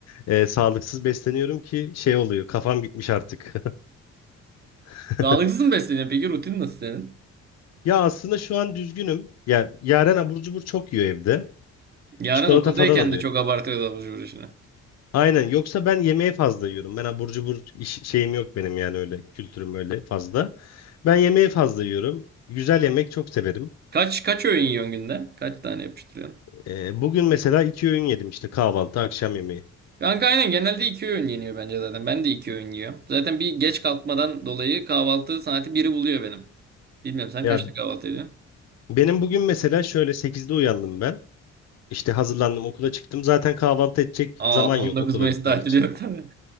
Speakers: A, on the left; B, on the right.
A: e, sağlıksız besleniyorum ki şey oluyor. Kafam gitmiş artık. <laughs>
B: Sağlıksız mı besleniyorsun? Peki rutin nasıl senin?
A: Ya aslında şu an düzgünüm. Ya Yaren abur cubur çok yiyor evde.
B: Yarın
A: Çikolata
B: okuldayken
A: falan alıyor.
B: de çok abartıyordu abur cubur işini.
A: Aynen. Yoksa ben yemeği fazla yiyorum. Ben abur cubur iş- şeyim yok benim yani öyle kültürüm öyle fazla. Ben yemeği fazla yiyorum. Güzel yemek çok severim.
B: Kaç kaç öğün yiyorsun günde? Kaç tane yapıştırıyorsun?
A: Ee, bugün mesela iki öğün yedim işte kahvaltı, akşam yemeği.
B: Kanka aynen genelde iki öğün yeniyor bence zaten. Ben de iki öğün yiyorum. Zaten bir geç kalkmadan dolayı kahvaltı saati biri buluyor benim. Bilmiyorum sen
A: Ya
B: kaçta kahvaltı ediyorsun?
A: benim bugün mesela şöyle sekizde uyandım ben. İşte hazırlandım okula çıktım. Zaten kahvaltı edecek
B: Aa
A: zaman
B: on
A: yok
B: dokuz
A: okula
B: Mayıs
A: gitmek
B: tatili
A: için.
B: yok tabii.